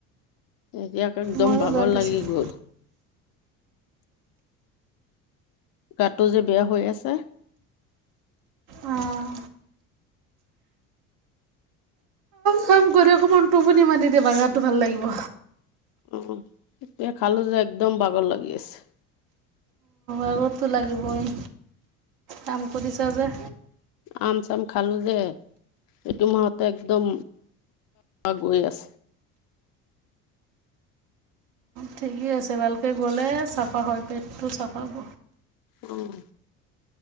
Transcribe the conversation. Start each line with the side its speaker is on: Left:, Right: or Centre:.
Left: এতিয়া একদম
Right: ময়ো
Left: বাগৰ
Right: গা ধুইছিলোঁ
Left: লাগি গ'ল। গাটো যে বেয়া হৈ আছে।
Right: অঁ কাম কৰি অকমান টোপুনি মাৰি দে, বাগাৰটো ভাল লাগিব।
Left: উম এতিয়া খালো যে, একদম বাগৰ লাগি আছে।
Right: বাগৰটো লাগিবই, কাম কৰিছা যে।
Left: আম চাম খালো যে এইটো মাহতে একদম গৈ আছে।
Right: ঠিকেই আছে ভালকে গ'লে চাফা হয় পেটটো চাফা হ'ব।
Left: উম